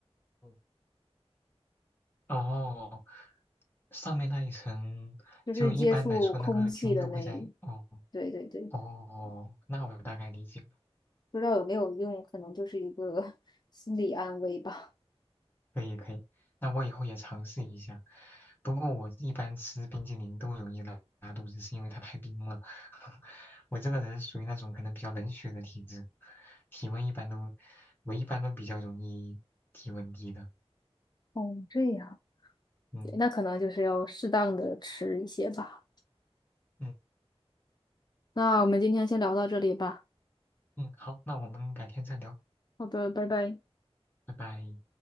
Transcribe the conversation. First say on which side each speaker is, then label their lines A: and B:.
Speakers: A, on the left (about 20°); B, on the left (about 40°).
A: 嗯哦，上面那一层就一般来说那个菌都会在。
B: 就是接触空气的那一，
A: 哦
B: 对对对，
A: 哦，那我大概理解了，
B: 不知道有没有用，可能就是一个 <laughs> 心理安慰吧。
A: 可以可以。那我以后也尝试一下。不过我一般吃冰激凌都容易拉拉肚子，是因为它太冰了。<laughs> 我这个人属于那种可能比较冷血的体质，体温一般都，我一般都比较容易体温低的。
B: 哦，这样，
A: 嗯
B: 对，那可能就是要适当的吃一些吧。
A: 嗯。
B: 那我们今天先聊到这里吧。
A: 嗯，好，那我们改天再聊，
B: 好的，拜拜。
A: 拜拜。